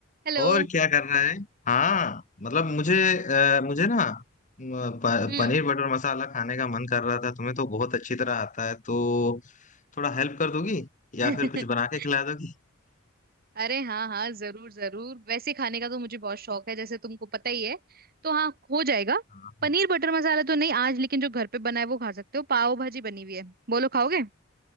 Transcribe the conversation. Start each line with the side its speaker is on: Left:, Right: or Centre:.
Right: Hello
Left: और क्या कर रहा है हाँ मतलब मुझे अ, मुझे ना म, प,
Right: हम्म
Left: पनीर बटर मसाला खाने का मन कर रहा था तुम्हें तो बहुत अच्छी तरह आता है तो थोड़ा हेल्प कर दोगी
Right: <laughs>
Left: या फिर कुछ बना के खिला दोगी
Right: अरे हाँ हाँ जरूर जरूर वैसे खाने का तो मुझे बहुत शौक है जैसे तुमको पता ही है तो हाँ हो जाएगा
Left: हाँ, हाँ।
Right: पनीर बटर मसाला तो नहीं आज लेकिन जो घर पे बना है वो खा सकते हो पाव भाजी बनी हुई है बोलो खाओगे